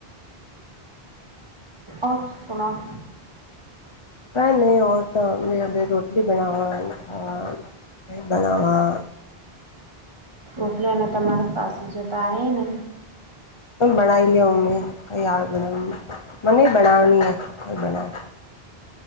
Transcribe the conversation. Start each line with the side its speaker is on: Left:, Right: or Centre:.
Right: ઓફ સુનાઓ
Left: કંઈ નહિ ઓર તો મે મે રોટલી બનાવાની ખાવાની મેય બનાવા
Right: ઓટલે ને તમારે સાસુ જતા અહે ને
Left: બનાઈ લેઉ મેં કઈ આગ મને બનાવની ને કોઈ બના